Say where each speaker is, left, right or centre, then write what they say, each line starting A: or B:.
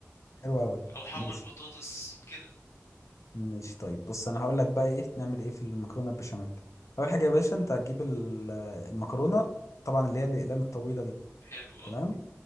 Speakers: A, on the left (about 85°); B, on the left (about 65°).
A: حلو قوي
B: او احمر
A: ماشي
B: بطاطس كده
A: ماشي طيب بص انا هقول لك بقى ايه نعمل ايه في المكرونه البشاميل اول حاجه يا باشا انت هتجيب ال- المكرونه طبعا اللي هي الاقلام الطويله دي
B: حلو
A: تمام
B: اه